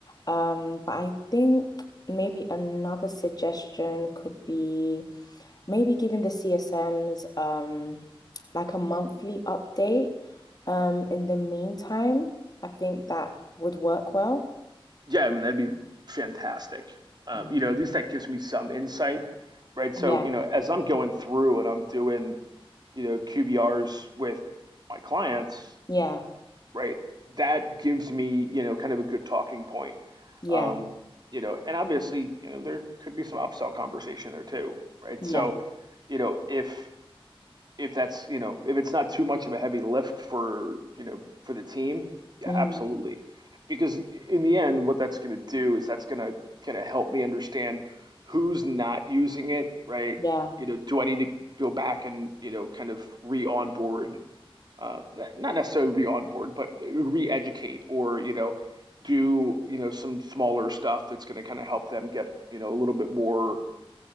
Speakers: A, on the left (about 45°); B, on the right (about 45°).
A: Um, but I think maybe another suggestion could be maybe giving the CSMs um like a monthly update. Um, in the meantime, I think that would work well.
B: Yeah, I mean, that'd be fantastic. Um,
A: Mhm.
B: you know, at least that gives me some insight, right? So,
A: Yeah,
B: you know, as I'm going through and I'm doing, you know, QBRs with my clients,
A: yeah,
B: right? That gives me, you know, kind of a good talking point.
A: yeah.
B: Um, you know, and obviously, you know, there could be some upsell conversation there too, right?
A: Yeah.
B: So, you know, if if that's, you know, if it's not too much of a heavy lift for, you know, for the team, yeah,
A: Mm,
B: absolutely. Because in the end, what that's going to do is that's going to kind of help me understand who's not using it, right?
A: yeah.
B: You know, do I need to go back and, you know, kind of re-onboard, uh, not necessarily re-onboard, but re-educate or, you know, do, you know, some smaller stuff that's going to kind of help them get, you know, a little bit more